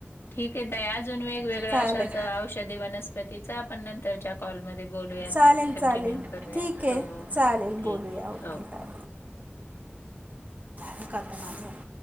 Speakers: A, on the left; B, on the right.
A: ठीक आहेे ताई अजून वेगवेगळ्या
B: चालेल.
A: अशाच औषधी वनस्पतीच आपण नंतरच्या कॉलमध्ये बोलूयात
B: चालेल बोलूया.
A: कंटिन्यू
B: चालेल
A: करूयात
B: ठीक आहे
A: हो हो
B: चालेल
A: ठीक
B: बोलूया
A: आहे
B: ओके
A: हो
B: बाय
A: हो.
B: मी करते माझं.